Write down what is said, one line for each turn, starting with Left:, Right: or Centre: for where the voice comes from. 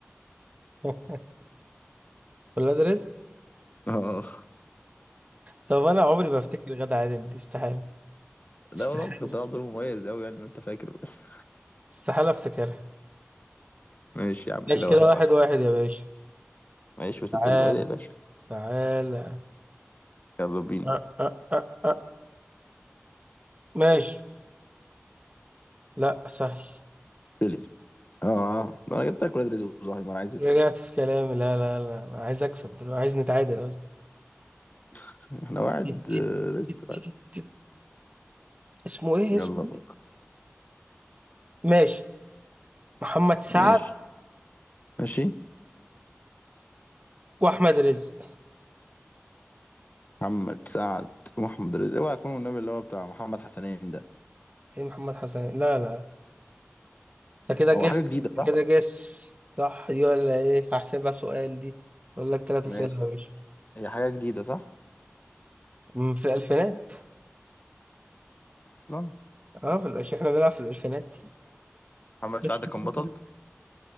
Right: <laughs> ولا ده رزق
Left: <laughs> اه
Right: طب انا عمري ما افتكر غادة عادل دي استحالة
Left: لا
Right: استحالة
Left: والله اصل كان طلع دور مميز قوي يعني انت فاكر <laughs> بس.
Right: استحالة افتكرها
Left: ماشي يا عم كده
Right: ماشي كده
Left: واحد
Right: واحد
Left: واحد
Right: واحد يا باشا
Left: ماشي بس
Right: تعالى
Left: انت اللي بادئ يا باشا
Right: تعالى
Left: يلا بينا
Right: أه أه أه أه. ماشي لا سهل
Left: ليه اه آه. ده انا جبت لك ولاد رزق وزهايمر عايز ايه
Right: رجعت
Left: تاني
Right: في كلامي لا لا لا انا عايز اكسب دلوقتي عايز نتعادل قصدي
Left: <laughs> احنا واحد
Right: تيت- تيت-
Left: آه، لسه
Right: تيت-
Left: واحد
Right: تيت- تيت. اسمه ايه
Left: يلا
Right: اسمه
Left: فوق
Right: إيه؟ ماشي محمد سعد
Left: ماشي ماشي
Right: واحمد رزق
Left: محمد سعد ومحمد رزق اوعى يكون النبي اللي هو بتاع محمد حسنين ده
Right: ايه محمد حسن لا لا انت كده
Left: هو
Right: جس
Left: حاجة جديدة صح؟
Right: كده جس صح دي ولا ايه هحسبها سؤال دي اقول لك ثلاث اسئله
Left: ماشي
Right: يا باشا
Left: هي حاجة جديدة صح
Right: أمم، في الالفينات
Left: أصلا
Right: اه في الألفينات. احنا بنلعب في الالفينات
Left: محمد سعد
Right: <laughs>
Left: كان بطل